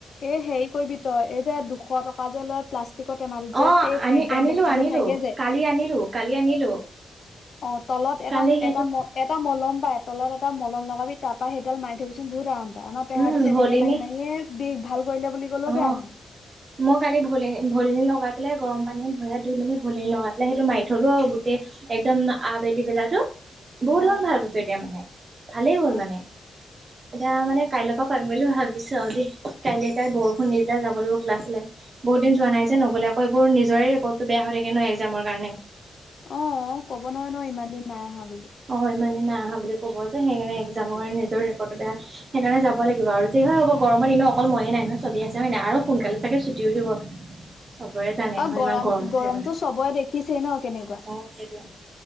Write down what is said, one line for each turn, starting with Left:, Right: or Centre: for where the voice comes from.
Left: এ হেৰি কৰিবি তই এই যে দুশ টকা। যে লয় প্লাষ্টিকতৰ চেমা ক্নেপ
Right: অ
Left: এটাত
Right: আনি
Left: যে এই বেণ্ডেজটো
Right: আনিলো আনিলো
Left: যে থাকে যে।
Right: কালি আনিলো কালি আনিলো
Left: অ তলত এটা
Right: কালি সেইটো
Left: এটা ম। এটা মলম পায় তলত এটা মলম লগাবি তাৰপৰা সেইডাল মাৰি থবিচোন বহুত আৰাম পায়। আমাৰ পেহাটো
Right: উম
Left: তেনেকে
Right: ভলিনী
Left: মাৰি মাৰিয়ে বিষ ভাল কৰিলে বুলি কলেও
Right: অ
Left: বেয়া নহয়।
Right: মই কালি ভলিনি লগাই পেলাই গৰম পানী ভৰি হাত ধুই মেলি ভলিনি লগাই পেলাই সেইটো মাৰি থ'লো আৰু গোটেই। একদম আবেলি বেলাটো। বহুত
Left: অ
Right: গুণ ভাল পাইছোঁ এতিয়া মানে ভালেই হ'ল
Left: অ
Right: মানে এতিয়া মানে। কাইলৈৰ পৰা পাৰিম বুলি ভাবিছোঁ আৰু দেই কাইলৈ বৰষুণ নিদিলে যাব লাগিব ক্লাচলৈ। বহুত দিন যোৱা নাই যে, নগ'লে আকৌ এইবোৰ নিজৰে ৰেকৰ্ডটো বেয়া হৈ থাকে ন এক্জামৰ কাৰণে।
Left: অ ক'ব নহয় ন ইমান দিন নাই আহা বুলি।
Right: অ ইমানে নাই আহা বুলি ক'ব যে সেইকাৰণে এক্জামৰ কাৰণে নিজৰ ৰেকৰ্ডটো বেয়া। সেইকাৰণে যাব লাগিব আৰু যি হয় হ'ব গৰমৰ দিন অকল ময়ে নাই নহয়। ছবি আছে হয় নাই আৰু সোনকালে চাগে ছুটিও দিব চবৰে। জানে
Left: অ
Right: নহয়
Left: গৰম
Right: ইমান গৰমত
Left: গৰমতটো
Right: থাকিব না
Left: চবৰে দেখিছোঁ ন কেনেকুৱা।
Right: অ সেইটোৱে